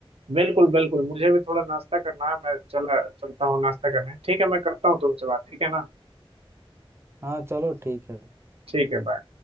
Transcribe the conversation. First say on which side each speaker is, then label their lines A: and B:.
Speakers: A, on the right (about 75°); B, on the right (about 25°).
A: बिल्कुल बिल्कुल मुझे भी थोड़ा नाश्ता करना है मैं चला चलता हूँ नाश्ता करने ठीक है मैं करता हूँ तुमसे बात ठीक है ना
B: हाँ चलो ठीक है
A: ठीक है बाय